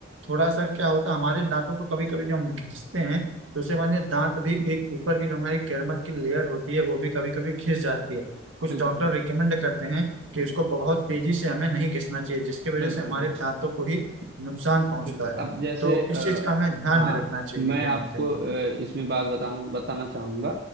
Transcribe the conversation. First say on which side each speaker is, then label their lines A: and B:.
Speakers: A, on the right (about 85°); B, on the right (about 55°).
A: थोड़ा सा क्या होता है हमारे दांतों को कभी कभी जब हम घिसते हैं दूसरे मामले दांत भी एक ऊपर की जो हमारी कैरमल की लेयर होती है वो भी कभी कभी घिस जाती है कुछ
B: बिल्कुल
A: डॉक्टर रिकमेंड करते हैं कि उसको बहुत तेजी से हमें नहीं घिसना चाहिए जिसकी वजह
B: बिल्कुल
A: से हमारे
B: बिल्कुल
A: दांतों को ही नुकसान पहुंचता
B: बिल्कुल
A: है
B: अब जैसे
A: तो
B: आ,
A: इस चीज का हमें ध्यान
B: हाँ
A: में रखना चाहिए
B: मैं
A: कहीं
B: आपको
A: ना कहीं
B: अ, इसमें बात बताना बताना चाहूंगा